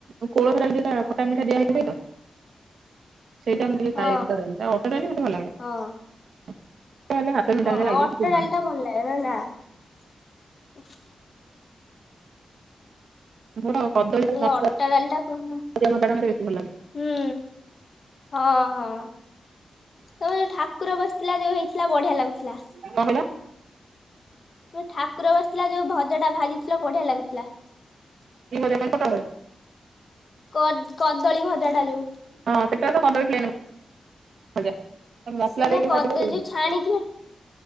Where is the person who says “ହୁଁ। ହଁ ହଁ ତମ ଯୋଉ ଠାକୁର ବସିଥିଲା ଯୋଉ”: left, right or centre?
Left